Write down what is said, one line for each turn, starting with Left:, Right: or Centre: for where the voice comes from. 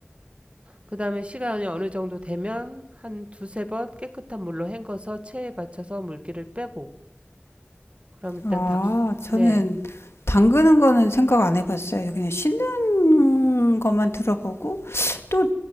Right: 그 다음에 시간이 어느 정도 되면 한 두세 번 깨끗한 물로 헹궈서 체에 받쳐서 물기를 빼고 그럼 일단
Left: 아,
Right: 닭,
Left: 저는
Right: 네,
Left: 담그는 거는 생각 안 해봤어요. 그냥 씻는 것만 들어보고 또